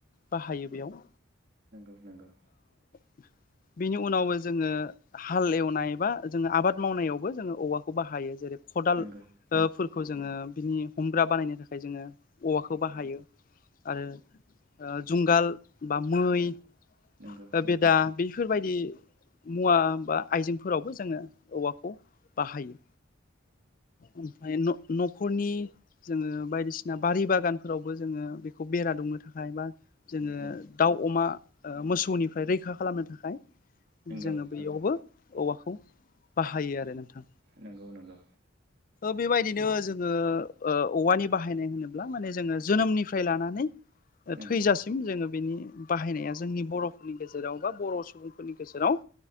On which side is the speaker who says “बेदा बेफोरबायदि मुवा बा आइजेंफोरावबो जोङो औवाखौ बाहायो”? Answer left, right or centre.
Left